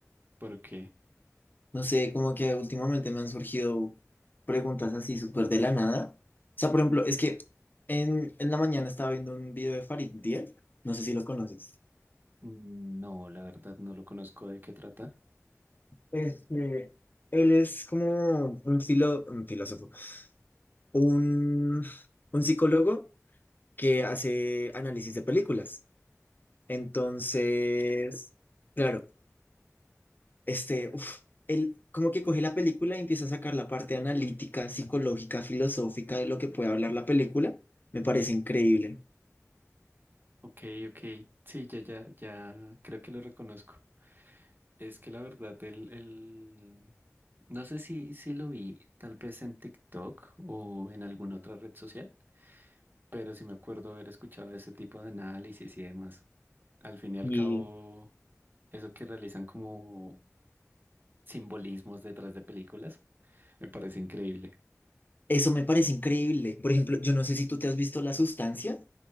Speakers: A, on the right (about 40°); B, on the left (about 35°).
A: ¿Por qué?
B: No sé, como que últimamente me han surgido preguntas así súper de la nada. O sea, por ejemplo, es que en, en la mañana estaba viendo un video de Farid Diel. No sé si lo conoces.
A: No, la verdad no lo conozco de qué trata.
B: Este, él es como un, filo, un filósofo, un, un psicólogo que hace análisis de películas. Entonces, claro, este, uf, él como que coge la película y empieza a sacar la parte analítica, psicológica, filosófica de lo que puede hablar la película. Me parece increíble.
A: Ok, ok. Sí, ya, ya, ya creo que lo reconozco. Es que la verdad, el, el... No sé si, si lo vi tal vez en TikTok o en alguna otra red social, pero sí me acuerdo haber escuchado ese tipo de análisis y demás. Al fin y al
B: Y
A: cabo, eso que realizan como simbolismos detrás de películas, me parece increíble.
B: eso me parece increíble. Por ejemplo, yo no sé si tú te has visto La Sustancia.